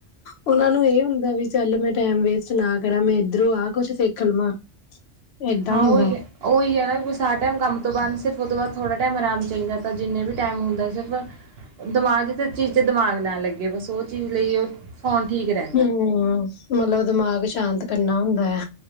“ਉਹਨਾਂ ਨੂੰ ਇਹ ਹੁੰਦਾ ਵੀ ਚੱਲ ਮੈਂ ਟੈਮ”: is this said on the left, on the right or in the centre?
Left